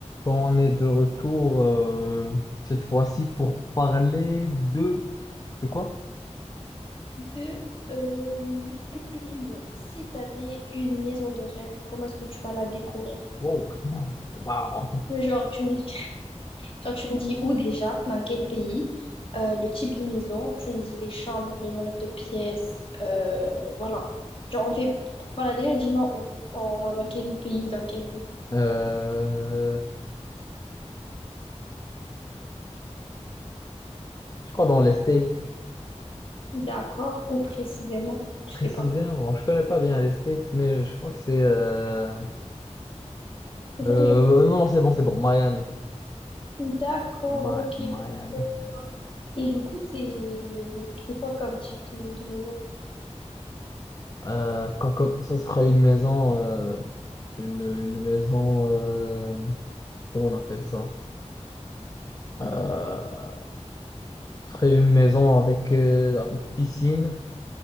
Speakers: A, on the left; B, on the left.
A: On est de retour euh, cette fois-ci pour parler de de quoi?
B: De, euh, <clears throat> si tu avais une maison de rêve, comment est-ce que tu vas la décorer?
A: Wow, wow.
B: Euh, Genre, tu me, genre, tu me dis où déjà, dans quel pays, euh, le type de maison, tu me dis les chambres, les nombres de pièces, euh, voilà. Genre, on fait... Voilà, déjà, dis-moi où, en- genre, dans quel pays ou dans quelle ville.
A: Euh, Je crois dans les States.
B: D'accord, où précisément, tu
A: Précisément,
B: sais pas.
A: je connais pas bien les States, mais je crois que c'est euh,
B: C'est
A: euh,
B: ça les gens plus.
A: non, c'est bon, c'est bon, Miami,
B: D'accord,
A: Mi-
B: ok.
A: Miami.
B: Bon. Et du coup, c'est c'est quoi comme type de, de maison?
A: Euh, co- comme, ça sera une maison, euh, une, une maison, euh, comment on appelle ça? Euh, Ce serait une maison avec, euh, avec piscine.